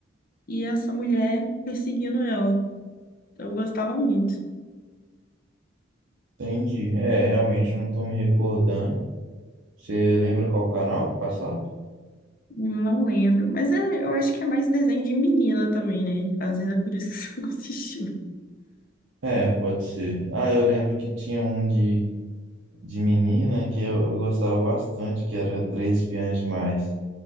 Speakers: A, on the left; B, on the right.
A: e essa mulher perseguindo ela. Eu gostava muito.
B: Entendi. É, realmente não tô me recordando. Você lembra qual canal que passava?
A: Não lembro, mas é- eu acho que é mais desenho de menina também, né? Às vezes é por isso que <laughs> você não assistiu.
B: É, pode ser. Ah, eu lembro que tinha um de, de menina que eu, eu gostava bastante, que era Três Espiãs Demais.